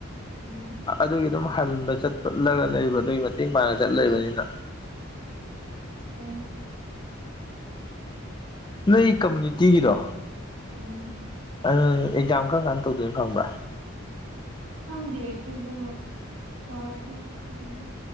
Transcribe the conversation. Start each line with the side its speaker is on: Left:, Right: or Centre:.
Right: ꯎꯝ
Left: ꯑꯗꯨꯒꯤ ꯑꯗꯨꯝ ꯍꯟꯕ ꯆꯠꯠꯂꯒ ꯂꯩꯕ ꯑꯗꯨꯒꯤ ꯃꯇꯦꯡ ꯄꯥꯡꯉ ꯆꯠ ꯂꯩꯕꯅꯤꯅ
Right: ꯑꯣ
Left: ꯅꯣꯏ ꯀꯃꯨꯅꯤꯇꯤꯒꯤꯗꯣ
Right: ꯎꯝ
Left: ꯑꯗꯨꯅꯪ ꯑꯦꯛꯖꯥꯝ ꯀꯔꯝ ꯀꯥꯟ ꯇꯧꯗꯣꯏꯅꯣ ꯈꯪꯕ꯭ꯔꯥ
Right: ꯈꯪꯗꯦ ꯑꯩꯈꯣꯏꯗꯣ ꯆꯥꯔꯖꯁꯨ ꯐꯖꯅ